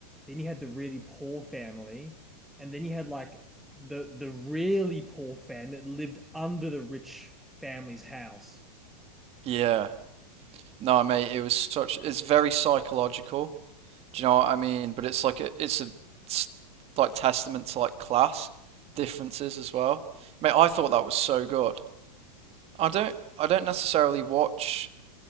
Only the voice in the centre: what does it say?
then you had the really poor family, and then you had like the the really poor family that lived under the rich family's house.